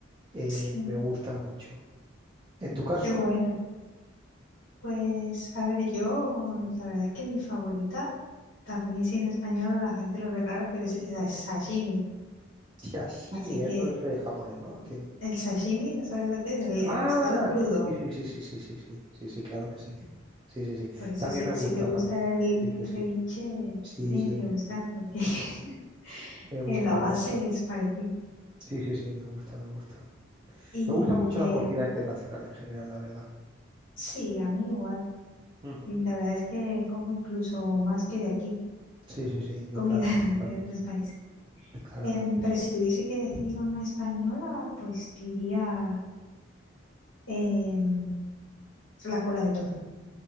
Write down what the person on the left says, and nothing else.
sí,
qué bueno. Pues, a ver, yo, la verdad es que mi favorita, también siendo española, la gente lo ve raro, pero es el sa- sashimi.
Así que
el sashimi, ¿no sabes lo que es? El, el
pescado crudo.
Por eso,
si,
si te gusta
el,
el
ceviche,
te tiene
que
gustar, porque <laughs>
eh, la
base
es parecida.
Y
de,
sí, a mí igual.
Y la verdad es que como incluso más que de aquí,
comida
<laughs>
de otros países.
Em, pero si tuviese que decir una española, pues diría. Em, la cola de toro,